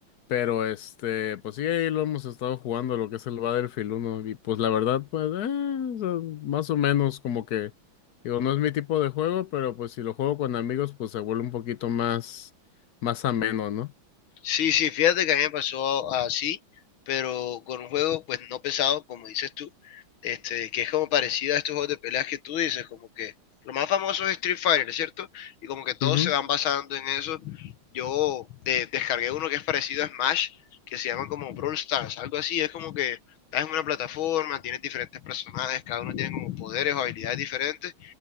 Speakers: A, on the left; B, on the left.
A: pero este, pues sí, ahí lo hemos estado jugando, lo que es el Battlefield uno Y pues la verdad, pues, eh, o sea, más o menos como que, digo, no es mi tipo de juego, pero pues si lo juego con amigos, pues se vuelve un poquito más, más ameno, ¿no?
B: Sí, sí, fíjate que a mí me pasó así, pero con un juego pues no pesado, como dices tú, este, que es como parecido a estos juegos de peleas que tú dices, como que lo más famoso es Street Fighter, ¿cierto? Y como que todos
A: Ujú,
B: se van basando en eso. Yo eh, descargué uno que es parecido a Smash, que se llama como Brawl Stars, algo así, es como que estás en una plataforma, tienes diferentes personajes, cada uno tiene como poderes o habilidades diferentes,